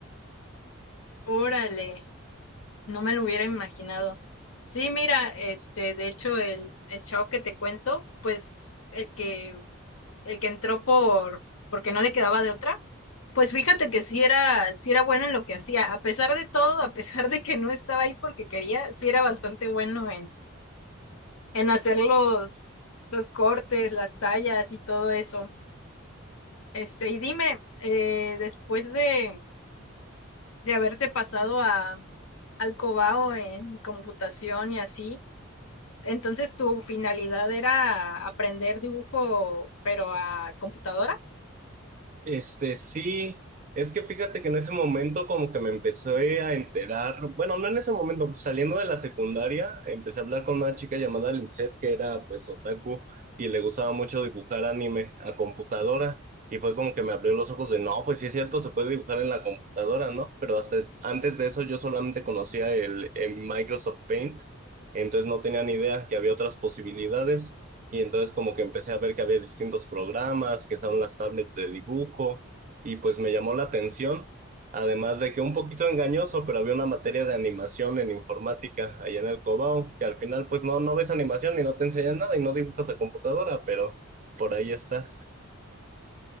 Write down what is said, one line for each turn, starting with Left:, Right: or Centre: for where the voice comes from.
Left: Órale. No me lo hubiera imaginado. Sí, mira, este, de hecho, el, el chavo que te cuento, pues, el que, el que entró por, porque no le quedaba de otra, pues fíjate que sí era, sí era bueno en lo que hacía. A pesar de todo, a pesar de que no estaba ahí porque quería, sí era bastante bueno en, en hacer los, los cortes, las tallas y todo eso. Este, y dime, eh, después de, de haberte pasado a, al Cobao en computación y así. Entonces, ¿tu finalidad era aprender dibujo, pero a computadora?
Right: Este, sí, es que fíjate que en ese momento como que me empecé a enterar, bueno, no en ese momento, saliendo de la secundaria, empecé a hablar con una chica llamada Lisette que era pues otaku y le gustaba mucho dibujar anime a computadora y fue como que me abrió los ojos de, no, pues sí es cierto, se puede dibujar en la computadora, ¿no? Pero hasta antes de eso yo solamente conocía el, el Microsoft Paint, entonces no tenía ni idea que había otras posibilidades. Y entonces como que empecé a ver que había distintos programas, que estaban las tablets de dibujo, y pues me llamó la atención, además de que un poquito engañoso, pero había una materia de animación en informática allá en el Cobao, que al final pues no, no ves animación y no te enseñan nada y no dibujas a computadora, pero por ahí está.